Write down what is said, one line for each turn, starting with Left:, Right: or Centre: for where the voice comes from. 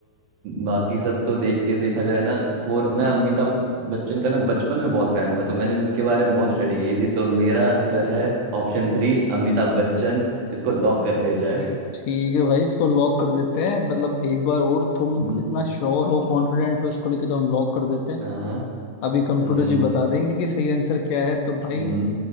Right: बाकी सब तो देख के देखा जाए ना फोर मैं अमिताभ बच्चन का ना बचपन में बहुत फैन था तो मैंने उनके बारे में बहुत स्टडी की थी तो मेरा आंसर है ऑप्शन थ्री अमिताभ बच्चन इसको लॉक कर दिया जाए
Left: ठीक है भाई इसको लॉक कर देते हैं मतलब एक बार और तुम
Right: हम्म,
Left: इतना श्योर हो कॉन्फिडेंट हो इसको लेके तो हम लॉक कर देते हैं
Right: हाँ
Left: अभी कंप्यूटर
Right: हम्म
Left: जी बता देंगे कि सही आंसर क्या है तो भाई
Right: हम्म